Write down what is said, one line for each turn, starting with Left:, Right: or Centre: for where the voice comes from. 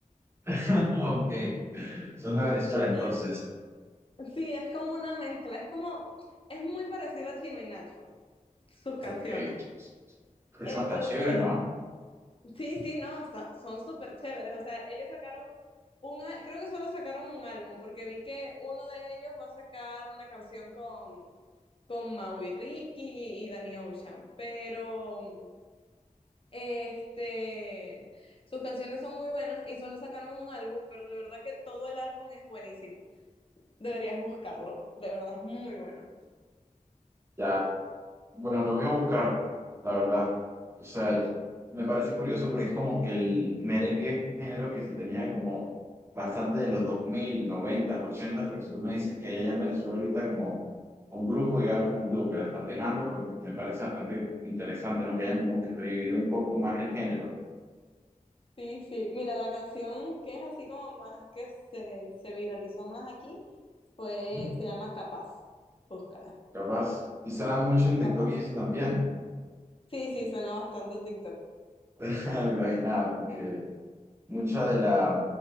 Right: <laughs> Ok, son de Venezuela entonces.
Left: Eh, sí, es como una mezcla. Es como, es muy parecido a Chino y Nacho, sus
Right: Ok.
Left: canciones.
Right: Es
Left: Entonces,
Right: bastante chévere, ¿no?
Left: Sí, sí, no, so- son súper chéveres. O sea, ellos sacaron un, a- creo que solo sacaron un álbum, porque vi que uno de ellos va a sacar una canción con, con Maui Ricky y Danny Ocean, pero este, sus canciones son muy buenas y solo sacaron un álbum, pero de verdad que todo el álbum es buenísimo. Deberías buscarlo, de verdad es muy bueno.
Right: Ya Bueno, lo voy a buscar, la verdad. O sea, me parece curioso porque es como que el merengue es un género que se tenía como bastante de los 2000 90 80, pero si tú me dices que hay allá en Venezuela ahorita como un grupo, digamos, un dúo que la está pegando, pues me parece bastante interesante, ¿no? Que hayan como que revivido un poco más el género.
Left: Sí, sí. Mira, la canción que es así como más que se, se viralizó más aquí fue,
Right: Ujú.
Left: se llama Capaz. Búscala.
Right: Capaz, y se dan mucho en TikTok
Left: Capaz.
Right: y eso también.
Left: Sí, sí, suena bastante en TikTok.
Right: <laughs> Me imaginaba, porque Mucha de la,